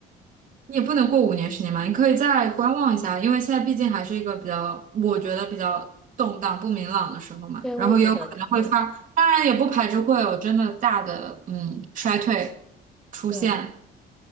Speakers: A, on the right; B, in the centre.
A: 你也不能过五年十年嘛，你可以再观望一下，因为现在毕竟还是一个比较，我觉得比较动荡不明朗的时候嘛，
B: 对，
A: 然后也有可能会发，
B: 我也觉得是，
A: 当然也不排除会有真的大的嗯衰退出现，
B: 对